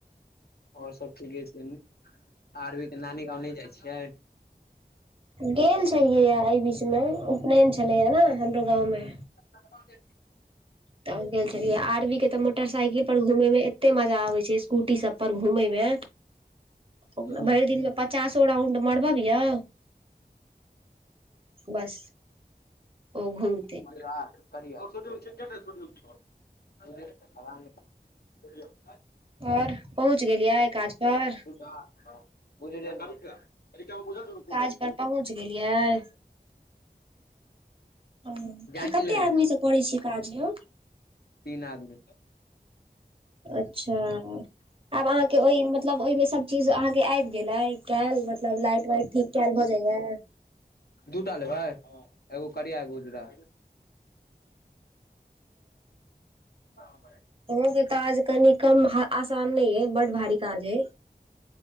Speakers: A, on the left; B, on the right.
A: और सब ठीके छै आरवी के नानी गाँव नै जाए छियै।
B: गेल छलियै यै ए बीच मे उपनैन छलय यै नै हमरो गाँव मे।
A: खाना भ गेल?
B: त गेल छलियै आरवी के तऽ मोटरसाइकिल पर घूमय मे एते मजा आबे छै, स्कूटी सब पर घुमे मे ओकरा
A: हुं
B: भैर दिन मे पचासो राउंड मरब्बयौ बस ओ घुम
A: <unintelligible> करिया‌ <unintelligible>
B: औरिपहुँच गेलिए काज पर?
A: याद छौ? उजरे देलका <unintelligible> बुझा दुनू
B: काज पर पहुँच गेलियै। हां
A: जांच
B: की कते
A: लेबै
B: आदमी से करै छियै काज यौ?
A: तीन आदमी।
B: अच्छा आब अहाँके ओहि मतलब, ओहिमे सब चीज अहाँके आबि गेलै एऽ। कैल मतलब लाइट- वाइट ठीक कैय भऽ जाइया।
A: दू टा लेबै एगो करिया एगरो उजरा। <inaudible>
B: अहूं के काज कनि कम आसान नहि अय। बड भारी काज अय,